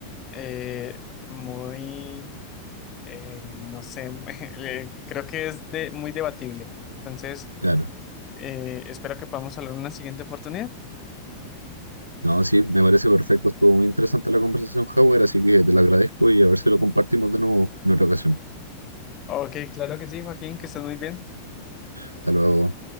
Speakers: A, on the left (about 30°); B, on the right (about 85°).
A: eh, muy eh, no sé, <laughs> eh, creo que es de, muy debatible. Entonces,
B: claro.
A: eh, espero que podamos hablar en una siguiente oportunidad.
B: No, sí, me parece perfecto. Estuvo muy interesante la conversación, Howard, así que te lo agradezco y a ver si lo compartimos de nuevo en otra ocasión.
A: Ok, claro que sí, Joaquín, que estés muy bien.
B: Hasta luego.